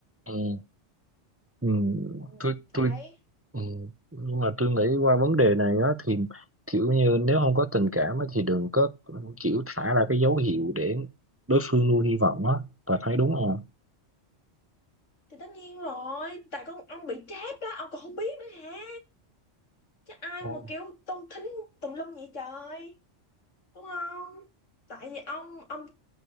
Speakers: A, on the right; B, on the left.
A: ừ, ừ,
B: ừ,
A: tôi tôi
B: đấy
A: ừ, nhưng mà tôi nghĩ qua vấn đề này á thì kiểu như nếu không có tình cảm á, thì đừng có kiểu thả ra cái dấu hiệu để đối phương nuôi hy vọng á bà thấy đúng không
B: thì tất nhiên rồi tại con ông bị trap đó ông còn không biết nữa hả chứ ai
A: Ồ,
B: mà kiểu tung thính tùm lum vậy trời đúng không tại vì ông ông